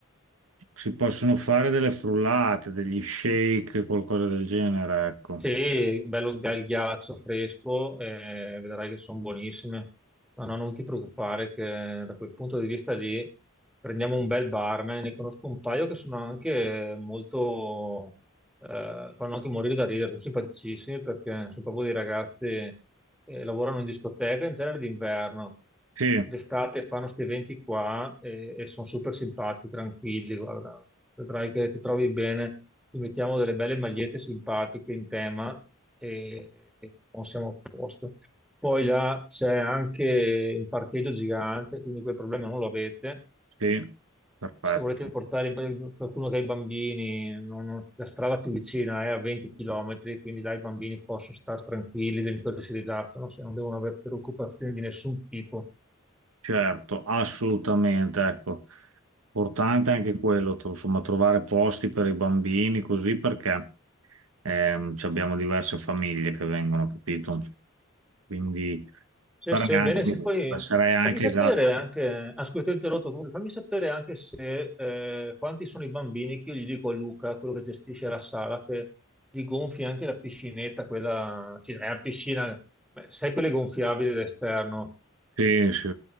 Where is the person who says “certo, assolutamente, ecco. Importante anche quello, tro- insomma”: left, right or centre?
Right